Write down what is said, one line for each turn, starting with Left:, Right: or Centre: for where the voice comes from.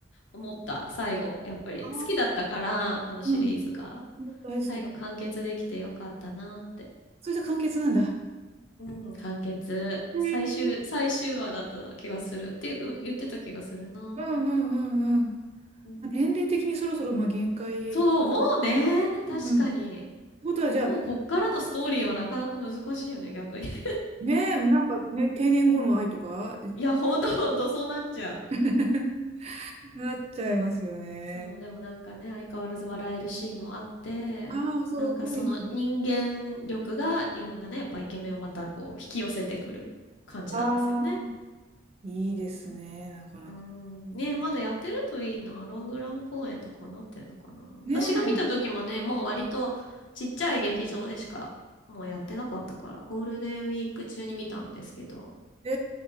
Left: 思った、最後。やっぱり好きだったから、
Right: ああ、
Left: このシリーズが。
Right: うん、大好き。
Left: 最後完結できてよかったなーって。
Right: それじゃ簡潔なんだ。
Left: うん、完結。
Right: へえ。
Left: 最終、最終話だった気がするっていう、う言ってた気がするな。
Right: うんうんうんうん。
Left: うん
Right: まあ年齢的にそろそろまあ限界。
Left: そう、もうね、確かに。
Right: うん。ってことは、じゃあ、
Left: もうこっからのストーリーはなかなか難しいよね、逆に。<laughs>
Right: ねえ、なんかね、定年後の愛とか
Left: いや、ほんとほんと、そうなっちゃう。
Right: <laughs>、なっちゃいますよね。
Left: そう、でもなんかね、相変わらず笑えるシーンもあって、
Right: ああ、そう、
Left: なんかその人間力がいろんなね、
Right: コメディ。
Left: やっぱイケメンをまたこう引き寄せてくる感じなんですよね。
Right: ああ、いいですね、なかなか。
Left: うん。ね、
Right: ね
Left: まだやってるといいな。ロングラン公演とかなってんのかな。私が見た時もね、
Right: ねえ、
Left: もう割とちっちゃい劇場でしかもうやってなかったから、ゴールデンウィーク中に見たんですけど。
Right: え